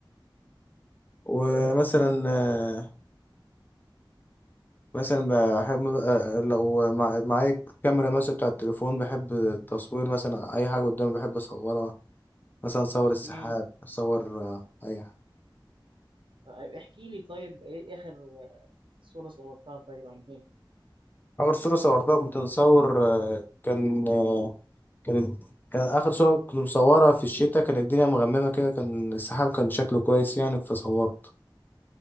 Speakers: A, on the left; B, on the right.
A: ومثلا آه، مثلا بحب آه، لو مع- معايا كاميرا مثلا بتاع التليفون بحب التصوير مثلا اي حاجه قدامي بحب اصورها مثلا اصور السحاب
B: مم.
A: اصور آه، اي حاجه
B: طيب احكي لي طيب ايه اخر صورة صورتها طيب عن ايه
A: اخر صوره صورتها كنت مصور آه، كان آه، كان كان اخر صوره كنت مصورها في الشتاء كان الدنيا مغممه كده كان السحاب كان شكله كويس يعني فصورت